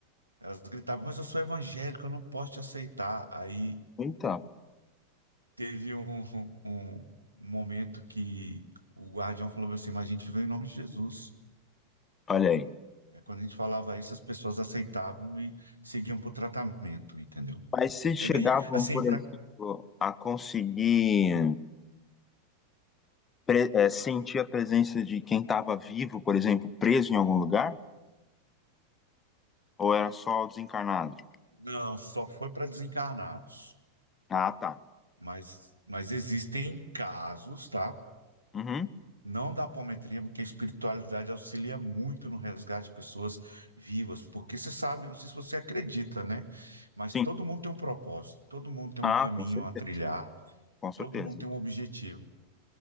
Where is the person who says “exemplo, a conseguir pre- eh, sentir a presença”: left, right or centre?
Left